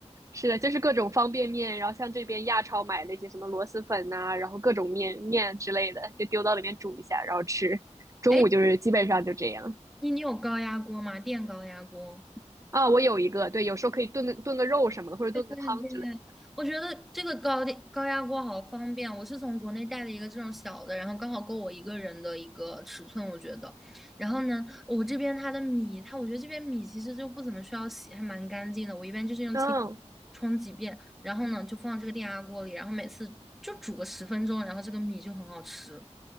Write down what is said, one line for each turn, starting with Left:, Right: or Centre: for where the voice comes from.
Right: 是的，就是各种方便面，然后像这边亚超买那些什么螺蛳粉呐、然后各种面面之类的，就丢到里面煮一下，然后吃。中午就是基本上就这样。
Centre: 哎，你你有高压锅吗？电高压锅？
Right: 啊，我有一个，对，有时候可以炖个炖个肉什么的，或者炖个汤之类的。
Centre: 对对，我觉得这个高低高压锅好方便。我是从国内带了一个这种小的，然后刚好够我一个人的一个尺寸，我觉得。然后呢，我这边它的米，它我觉得这边米其实就不怎么需要洗，还蛮干净的。我一般就是用清水冲几遍，
Right: 嗯，
Centre: 然后呢就放这个电压锅里，然后每次就煮个十分钟，然后这个米就很好吃，